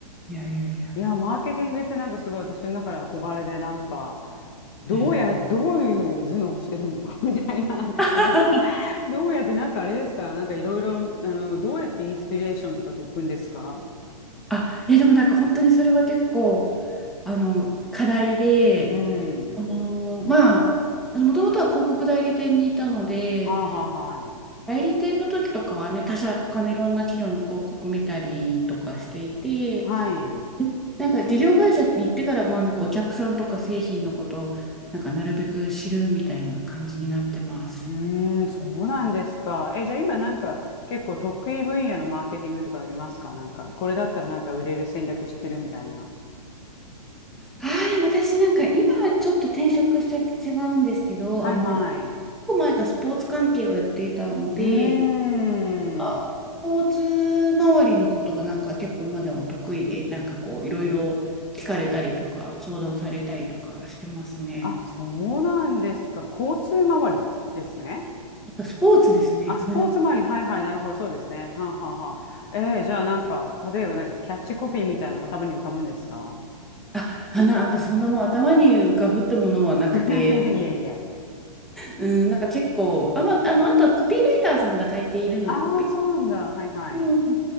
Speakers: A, in the centre; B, on the left.
A: いやいやいや。
B: いや、マーケティングってなんかすごい私の中で憧れで、なんか、どうや、
A: ええ
B: どういう頭脳をしてるんだろう <laughs> みたいな、なんかすごく
A: <laughs>
B: <laughs> どうやって、なんかあれですかなんかいろいろ、あの、どうやってインスピレーションとかと置くんですか
A: あ、いや、でもなんか本当にそれは結構、あの、課題で、
B: うん。
A: あのーまあ、もともとは広告代理店にいたので、
B: はあはあはい。
A: 代理店の時とかはね、他社、他のいろんな企業の広告見たりとかしていて、
B: はい。
A: なんか事業会社に行ってから、まあなんかお客さんとか製品のことをなんかなるべく知るみたいな感じになってます。
B: うーん、そうなんですか。え、じゃあ今なんか結構得意分野のマーケティングとかありますかなんか、これだったらなんか売れる戦略知ってるみたいな。
A: ああ、でも私なんか今はちょっと転職しちゃって違うんですけど、
B: はいはい。
A: あの、結
B: う
A: 構前からスポーツ関係をやっていたので、
B: ーん。
A: あスポーツ周りのことがなんか結構今でも得意で、なんかこういろいろ聞かれたりとか相談されたりとかしてますね。
B: あ、そうなんですか。交通周りってですね。
A: あとスポーツですね。
B: あ、スポーツ周り。
A: ごめんなさい
B: はいはい。なるほど。そうですね。はんはんはん。えーじゃあなんか、例えばなんかキャッチコピーみたいなの頭に浮かぶんですか
A: あ、あ、なんかそんなもう頭に浮かぶってものはなくて、
B: <laughs> いえいえ。
A: うん、なんか結構、あ、まあ、あの、あとはコピーライターさんが大抵いるので、
B: ああ、
A: コピ
B: そうなんだ。はいはい。
A: ー、う
B: う